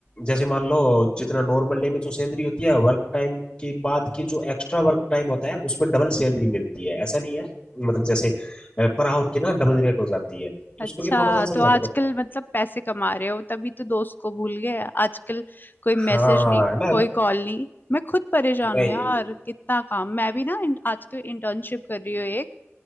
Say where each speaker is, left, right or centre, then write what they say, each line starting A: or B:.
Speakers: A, on the left; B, on the left.
A: जैसे मान लो जितना नॉर्मल डे में जो सैलरी होती है वर्क टाइम के बाद की जो एक्स्ट्रा वर्क टाइम होता है उसमें डबल सैलरी मिलती है ऐसा नहीं है मतलब जैसे अ, पर आवर की ना डबल रेट हो जाती है तो
B: अच्छा
A: उसको करके थोड़ा सा चल
B: तो
A: जाता
B: आजकल
A: है मतलब
B: मतलब पैसे कमा रहे हो तभी तो दोस्त को भूल गए आजकल कोई
A: हाँ
B: मैसेज नहीं
A: है ना
B: कोई कॉल नहीं मैं खुद परेशान
A: नहीं
B: हूँ यार कितना काम मैं भी ना इन- आजकल इंटर्नशिप कर रही हूँ एक,